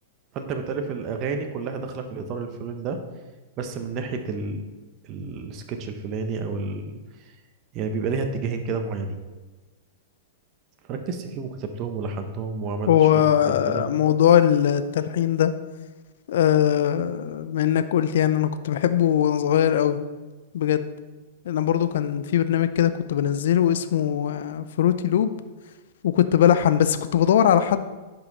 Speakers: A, on the right; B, on the left.
A: فانت بتالف الاغاني كلها داخله في الاطار الفلاني ده بس من ناحية ال... السكتش الفلاني او ال... يعني بيبقى ليها اتجاهين كده معينين فركزت فيهم وكتبتهم ولحنتهم وعملت
B: هو
A: شوية حاجات كده و...
B: موضوع التلحين ده آه... بما انك قلت يعني انا كنت بحبه وانا صغير قوي بجد انا برضو كان في برنامج كده كنت بنزله اسمه آه، فروتي لوب وكنت بلحن بس كنت بدور على حد